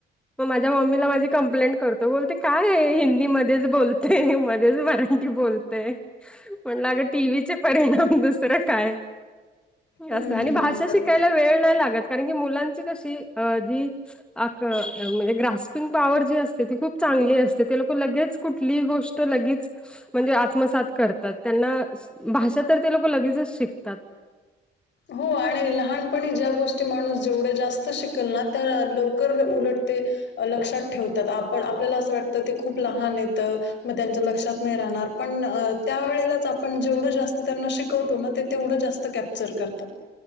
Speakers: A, in the centre; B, on the left.
A: मझ्या म्ला क् कर त बोलते काय हिंदी मध्येच बोलते मध्येच मराठी बोलते म्हटलं अग टीव्हीचे परिणाम दुसरं काय
B: हम्म
A: असं आणि भाषा
B: बरोबर
A: शिकायला वेळ नाही लागत कारण की मुलांची कशी अ जी अ म्हणजे ग्रास्पिंग पॉवर जी असते ती खूप चांगली असते ते लोक लगेच कुठली गोष्ट लगेच म्हणजे आत्मसात करतात त्यां भाषा तर ते लोक लगेचच शिकतात
B: हो आणि लहानपणी ज्या गोष्टी माणूस जेवढ्या जास्त शिकल ना त्या लवकर उलटते लक्षात ठेवतात आपण आपल्याला असं वाटतं ते खूप लहान येतं मग त्यांच्या लक्षात नाही राहणार पण त्यावेेळेलाच आपण जेवढं जास्त त्यांना शिकवतो ना ते तेवढं जास्त कॅप्चर करतो